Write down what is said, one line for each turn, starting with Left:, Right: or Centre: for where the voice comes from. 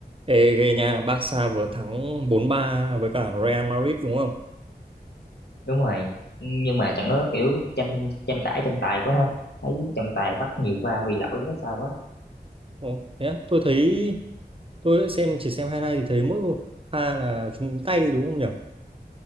Right: Ê, ghê nha, Barca vừa thắng 4-3 với cả Real Madrid đúng không?
Left: đúng rồi nhưng mà trận đó kiểu tranh tranh cãi tranh tài quá ha thấy trọng tài bắt nhiều pha bị lỗi đó sao quá
Right: Ồ, thế á, tôi thấy tôi xem chỉ xem highlight thì thấy mỗi một pha là trúng tay đúng không nhỉ?